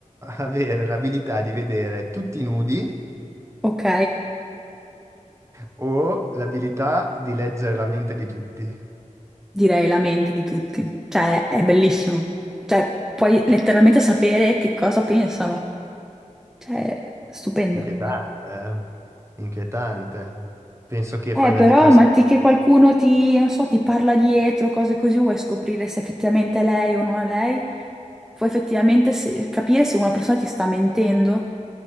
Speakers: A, on the right (about 20°); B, in the centre.
A: avere l'abilità di vedere tutti nudi
B: Ok,
A: o l'abilità di leggere la mente di tutti?
B: direi la mente di tutti. Cioè, è bellissimo. Cioè, puoi letteralmente sapere che cosa pensano. Cioè, stupendo.
A: Inquietante, eh? Inquietante. Penso che fai
B: Eh, però,
A: una depressione.
B: ma ti- che qualcuno ti, non so, ti parla dietro, cose così, vuoi scoprire se effettivamente è lei o non è lei? Vuoi effettivamente se- capire se una persona ti sta mentendo?